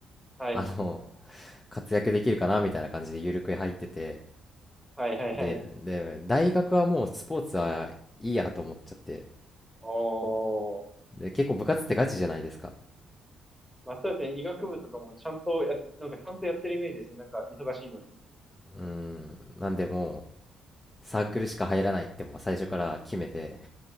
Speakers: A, in the centre; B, on the left (about 20°).
A: はい。
B: あの、活躍できるかなみたいな感じで緩く入ってて、
A: はいはいはい。
B: で、で、大学はもうスポーツはいいやと思っちゃって、
A: おー。
B: で、結構部活ってガチじゃないですか。
A: まあ、そうですね。医学部とかもちゃんとや、なんかちゃんとやってるイメージですね。なんか忙しいのに。
B: うん、なんでもうサークルしか入らないってもう最初から決めて、